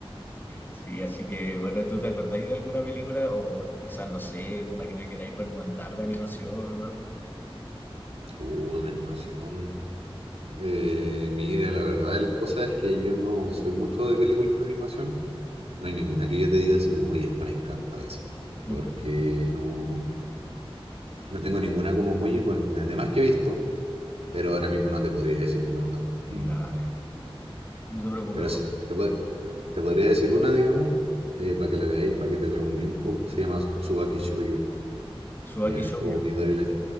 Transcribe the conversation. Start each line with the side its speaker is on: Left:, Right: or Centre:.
Left: Sí, así que bueno, ¿tú te acordáis de alguna película o quizás, no sé, una que me queráis recomendar de animación o algo?
Right: Uh, de animación. Eh, mira, la verdad de las cosas es que yo no soy mucho de películas de animación. No hay ninguna que yo te diga así como, oye, esta me encanta, así.
Left: Ujú.
Right: Porque no, no tengo ninguna como muy icónica. Además que he visto, pero ahora mismo no te podría decir en verdad.
Left: Ay,
Right: No.
Left: no te preocupes,
Right: Pero
Left: Juan.
Right: sí, te, te pod- te podría decir una, digamos, eh, para que la veáis, para que te traumé un poco. Se llama Tsubaki Shoujo,
Left: Tsubaki
Right: ¿ya?
Left: Shoujo.
Right: O Midori la,